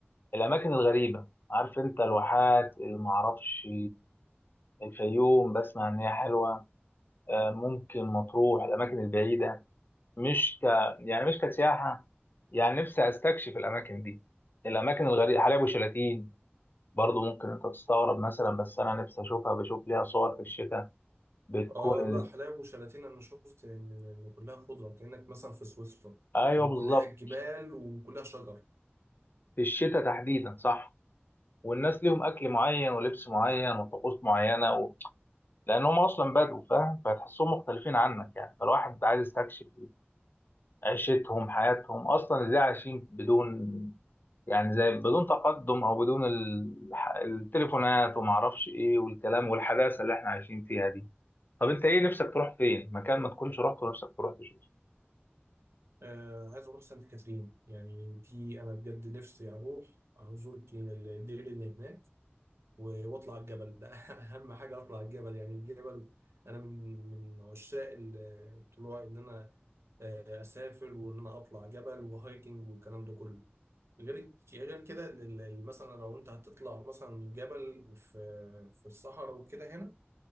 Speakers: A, on the left; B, on the right.
A: الاماكن الغريبه عارف انت الواحات المعرفش الفيوم بسمع ان هي حلوه آه، ممكن مطروح الاماكن البعيده مش ك يعني مش كسياحه يعني نفسي استكشف الاماكن دي الاماكن الغريبه حلايب وشلاتين برضه ممكن انت تستغرب مثلا بس انا نفسي اشوفها بشوف ليها صور في الشتاء بتكون
B: اه
A: ال...
B: لا حلاوه وشلاتين انا شفت ان إن كلها خضره كانك مثلا في سويسرا
A: ايوه
B: يعني
A: بالظبط
B: كلها جبال وكلها شجر
A: في الشتاء تحديدا صح والناس ليهم اكل معين ولبس معين وطقوس معينه و... لانهم اصلا بدو فاهم فتحسهم مختلفين عنك يعني فالواحد عايز يستكشف عيشتهم حياتهم اصلا ازاي عايشين بدون يعني زي بدون تقدم او بدون الح... التليفونات وما اعرفش ايه والكلام والحداثه اللي احنا عايشين فيها دي طب انت ايه نفسك تروح فين مكان ما تكونش رحت ونفسك تروح تشوف
B: آه عايز اروح سانت كاترين يعني دي انا بجد نفسي اروح ازور الك- الدير اللي هناك و- واطلع الجبل ده <laughs> اهم حاجه اطلع الجبل يعني الجبل انا من من عشاق ال- الطلوع ان انا آه، اسافر وان انا اطلع جبل وهايكنج والكلام ده كله غير غير كده إن ال- ال- مثلا لو انت هتطلع مثلا جبل في في الصحراء وكده هنا